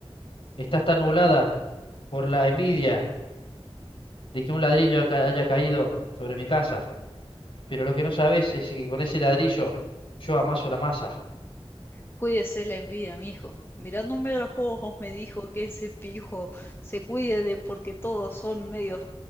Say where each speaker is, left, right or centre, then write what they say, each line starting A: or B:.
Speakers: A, on the left; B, on the left.
A: Estás tan nublada por la envidia de que un ladrillo ca- haya caído sobre mi casa. Pero lo que no sabes es que con ese ladrillo yo amaso la masa.
B: Cuídese la envidia, mijo. Mirándome a los ojos me dijo que ese pijo se cuide de porque todos son medios